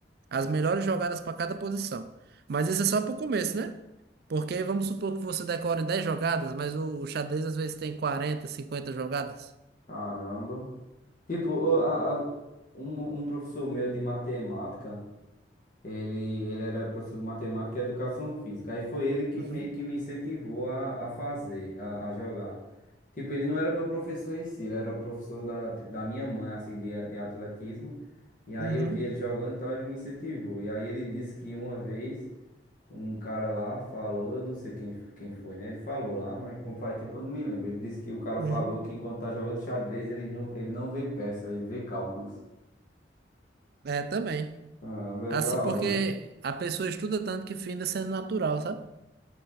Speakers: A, on the right (about 55°); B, on the left (about 45°).
A: As melhores jogadas para cada posição. Mas isso é só para o começo, né? Porque vamos supor que você decore 10 jogadas, mas o, o xadrez às vezes tem quarenta, cinquenta jogadas.
B: caramba. Tipo, o- a- a- um, um professor meu de matemática. Ele, ele era professor de matemática e educação física. Aí foi ele que
A: Uhum,
B: meio que me incentivou a, a fazer, a, a jogar. Tipo, ele não era meu professor em si, ele era o professor da, tipo, da minha mãe, assim, de, de atletismo. E aí
A: uhum,
B: eu vi ele jogando e tal, ele me incentivou. E aí ele disse que uma vez um cara lá falou, eu não sei quem, quem foi, né? Ele falou lá, mas como faz tempo eu não me lembro. Ele disse que o cara
A: uhum.
B: falou que quando tá jogando xadrez, ele não, ele não vê peça, ele vê cálculos.
A: É, também.
B: Caramba, é
A: Assim
B: da hora,
A: porque
B: né?
A: a pessoa estuda tanto que finda sendo natural, sabe?